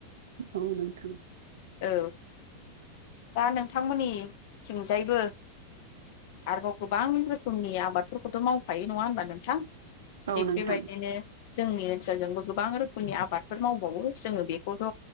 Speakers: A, on the right; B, on the left.
A: औ नोंथां।
B: औ। दा नोंथां मोननि थिंजायबो आरोबाव गोबां रोखोमनि समनि आबादफोरखौथ' मावखायो नङा होनबा नोंथां?
A: औ
B: थिग
A: नोंथां
B: बेबायदिनो जोंनि ओनसोल हाल जोंबो गोबां रोखोमनि आबादफोर मावबावो जोङो बेखौथ'